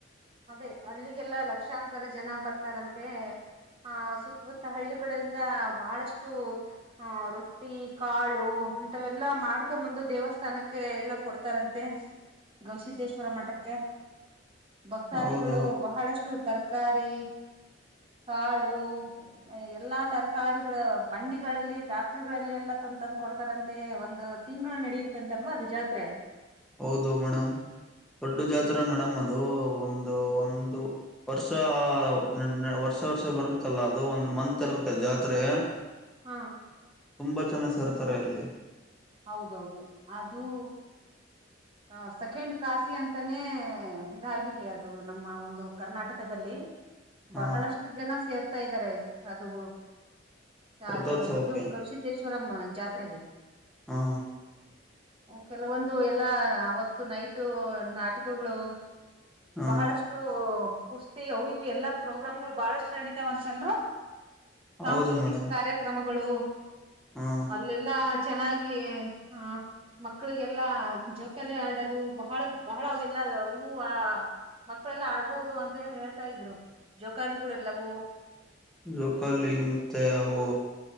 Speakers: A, on the right (about 30°); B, in the centre.
A: ಅದೇ ಅಲ್ಲಿಗೆಲ್ಲ ಲಕ್ಷಾಂತರ ಜನ ಬರ್ತಾರಂತೆ. ಆ ಸುತ್ತಮುತ್ತ ಹಳ್ಳಿಗಳಿಂದ ಬಹಳಷ್ಟು ಹ ರೊಟ್ಟಿ ಕಾಳು ಇಂಥವೆಲ್ಲಾ ಮಾಡ್ಕೊಂಬಂದು ದೇವಸ್ಥಾನಕ್ಕೆ ಎಲ್ಲಾ ಕೊಡ್ತ ಕೊಡ್ತಾರಂತೆ ಗವಿಸಿದ್ದೇಶ್ವರ ಮಠಕ್ಕೆ. ಭಕ್ತಾದಿಗಳು
B: ಹೌದು
A: ಬಹಳಷ್ಟು ತರಕಾರಿ ಕಾಳು ಎಲ್ಲಾ ತರಕಾರಿಗಳು ಬಂಡಿಗಳಲ್ಲಿ ಟ್ಯಾಕ್ಟ್ರಗಳಲ್ಲಿ ಎಲ್ಲಾ ತಂದ ತಂದ ಕೊಡ್ತಾರಂತೆ ಒಂದು ತಿಂಗಳು ನಡೆಯುತ್ತಂತಲ್ವಾ ಅದು ಜಾತ್ರೆ.
B: ಹೌದು ಮೇಡಮ್ ದೊಡ್ಡ ಜಾತ್ರೆ ಮೇಡಮ್ ಅದು ಒಂದು ಒಂದು ವರ್ಷ <unintelligible> ವರ್ಷ ವರ್ಷ ಬರುತ್ತಲ್ಲ ಅದು ಒಂದ್ ಮಂತ್ ಇರುತ್ತೆ ಜಾತ್ರೆ. ಹ
A: ಹಾ
B: ತುಂಬಾ ಜನ ಸೇರ್ತಾರೆ ಅಲ್ಲಿ.
A: ಹೌದೌದು ಅದು ಹ ಸೆಕೆಂಡ್ ಕಾಶಿ ಅಂತಾನೇ ಇದಾಗಿದೆ ಅದು ನಮ್ಮ ಒಂದು ಕರ್ನಾಟಕದಲ್ಲಿ.
B: ಹಾ
A: ಬಹಳಷ್ಟು ಜನ ಸೇರ್ತಾ ಇದ್ದಾರೆ ಅದು ರಾಜ
B: ರಥೋತ್ಸವಕ್ಕೆ
A: ಇದು ಗವಿಸಿದ್ದೇಶ್ವರಂ ಜಾತ್ರೆಗೆ.
B: ಹಾ
A: ಕೆಲವೊಂದು ಎಲ್ಲಾ ಅವತ್ತು ನೈಟು ನಾಟಕಗಳು
B: ಹಾ
A: ಬಹಳಷ್ಟು ಕುಸ್ತಿ ಅವು ಇವು ಎಲ್ಲಾ ಪ್ರೋಗ್ರಾಮ್ಗಳು ಬಹಳಷ್ಟು ನಡಿತಾವಂತಲ್ರಿ? ಸಾಂಸ್ಕೃತಿಕ
B: ಹೌದು ಮೇಡಮ್
A: ಕಾರ್ಯಕ್ರಮಗಳು
B: ಹಾ
A: ಅಲೆಲ್ಲಾ ಚೆನ್ನಾಗಿ ಗಿ ಹಾ ಮಕ್ಳಿಗೆಲ್ಲಾ ಜೋಕಾಲಿ ಆಡದು ಬಹಳ ಬಹಳ ಅವೆಲ್ಲ ಇವ ಮಕ್ಕಳೆಲ್ಲ ಆಡ್ಬಹುದು ಅಂತ ಹೇಳಿ ಹೇಳ್ತಾ ಇದ್ರು ಜೋಕಾಲಿಗಳೆಲ್ಲವು
B: ಜೋಕಾಲಿ ಇರುತ್ತೆ ಅವು